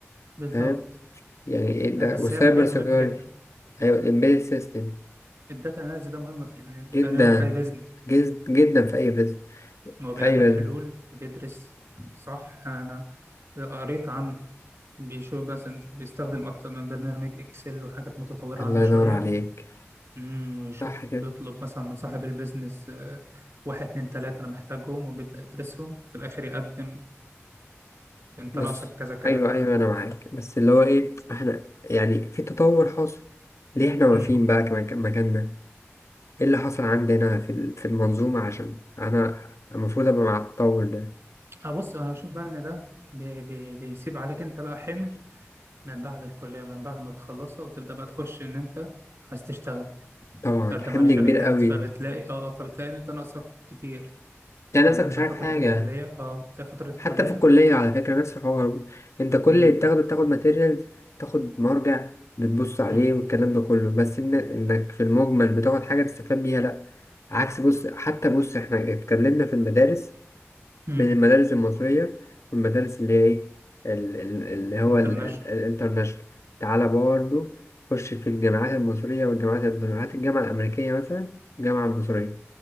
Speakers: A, on the right; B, on the left.
A: بالظبط
B: فاهم؟ يعني ايه ده
A: آه، بس
B: والسايبر
A: هي مجال
B: سيكيورتي
A: مهم جدا
B: ايوه الامبيد سيستم
A: الداتا اناليز ده مهم في يعني
B: جدا
A: تقريبا في اي بيزنس
B: جز- جدا في اي بزنس
A: هو بيقدم
B: في اي بزنس
A: حلول بيدرس صح انا قريت عنه بيشوف بس انت بيستخدم اكتر من برنامج اكسل وحاجات متطورة
B: الله
A: عنه شوية
B: ينور عليك
A: امم ويشوف
B: صح كده
A: بيطلب مثلا من صاحب البيزنس آه، واحد اتنين تلاتة انا محتاجهم وبيبدأ يدرسهم في الاخر يقدم انت
B: بص
A: ناقصك كذا كذا
B: ايوه
A: كذا
B: ايوه انا معاك بس اللي هو ايه احنا يعني في تطور حاصل ليه احنا واقفين
A: امم
B: بقى كمان- مكاننا ايه اللي حصل عندنا في ال- في المنظومه عشان انا المفروض ابقى مع التطور ده
A: اه بص انا بشوف بقى ان ده بي بي بيسيب عليك انت بقى حمل من بعد الكلية من بعد ما بتخلصها وتبدأ بقى تخش ان انت عايز تشتغل
B: طبعا
A: تقدم
B: حمل
A: على شركات
B: كبير قوي
A: فبتلاقي اه آه، فبتلاقي ان انت ناقصك كتير
B: انت
A: او
B: نفسك
A: ان انت
B: مش عارف
A: فترة
B: حاجه
A: الكلية اه تلاقي فترة الكلية
B: حتى في الكليه على فكره نفس الحوار انت كل
A: امم
B: اللي بتاخده بتاخد ماتيريال تاخد مرجع بتبص عليه
A: امم
B: والكلام ده كله بس إن انك في المجمل بتاخد حاجه تستفاد بيها لا عكس بص حتى بص احنا اتكلمنا في المدارس
A: امم
B: بين المدارس المصرية والمدارس اللي هي إيه ال- ال- اللي هو
A: انترناشونال
B: ال- ال- الانترناشونال تعالى برضه خش في الجامعات المصرية والجامعات الجامعات الجامعة الأمريكية مثلا والجامعة المصرية